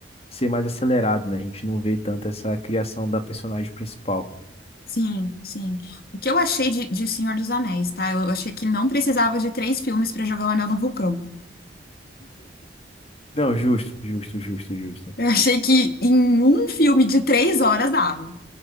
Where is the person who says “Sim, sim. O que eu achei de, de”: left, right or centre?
Left